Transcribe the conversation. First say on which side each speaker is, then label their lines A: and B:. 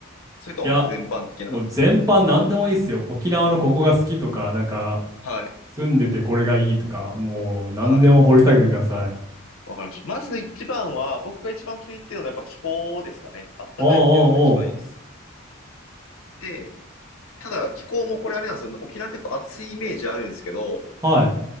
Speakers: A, on the left (about 85°); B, on the right (about 15°).
A: それとも全般的な。
B: いや、もう全般何でもいいですよ。沖縄のここが好きとか、なんか、
A: はい。
B: 住んでてこれがいいとか、もう何でも掘り下げてください。
A: はい。わかりました。まず一番は、僕が一番気に入ってるのはやっぱ気候ですかね。あったかいっていうのが一番いいです。
B: おうおうお
A: で、ただ気候もこれあれなんですよ。沖縄ってやっぱ暑いイメージあるんですけど、
B: う。はい。